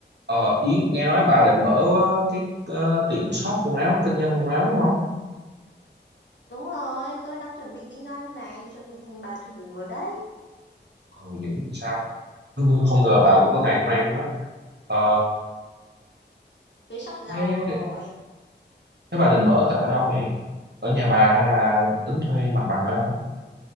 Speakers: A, on the right (about 65°); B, on the left (about 75°).
A: Ờ, Yến nghe nói bà định mở ờ, cái ờ, tiệm shop quần áo kinh doanh quần áo đúng không?
B: Đúng rồi, tôi đang chuẩn bị kinh doanh này, chuẩn bị thành bà chủ rồi đấy.
A: Ồ dữ gì sao? <laughs> Không ngờ bà cũng có ngày hôm nay luôn á. Ờ,
B: Thế sắp giàu
A: thế,
B: rồi.
A: thế bà định mở tại ở đâu vậy? Ở nhà bà hay là tính thuê mặt bằng ở đâu?